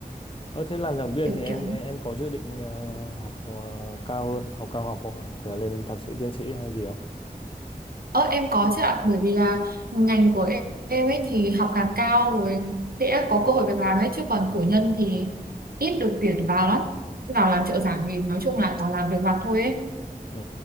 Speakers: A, on the left; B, on the right.
A: Ờ, thế làm giảng viên
B: kiểu
A: thì em
B: kiểu
A: em em có dự định ờ, học ờ, cao hơn, học cao học không? Học ờ, lên thạc sĩ tiến sĩ hay gì không?
B: ờ em có chứ ạ bởi vì là ngành của em, em ấy thì học càng cao rồi sẽ có cơ hội việc làm ấy chứ còn cử nhân thì ít được tuyển vào lắm vào làm trợ giảng thì nói chung là toàn làm việc vặt thôi ấy
A: Ừ.